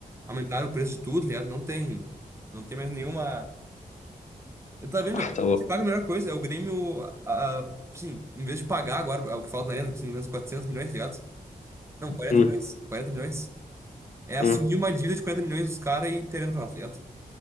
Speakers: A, on the right (about 15°); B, on the left (about 50°).
A: aumentaram o preço de tudo, tá ligado? Não tem. Não tem mais nenhuma. Eu tava vendo,
B: Ah,
A: meu,
B: tá
A: se
B: louco.
A: se paga a melhor coisa, é o Grêmio. ah, Sim, em vez de pagar agora é o que falta na Arena, que se não me engano são 400 milhões, tá ligado? Não, 40
B: Hum,
A: milhões. 40 milhões. É assumir
B: hum.
A: uma dívida de 40 milhões dos caras e terem pra lá, tá ligado?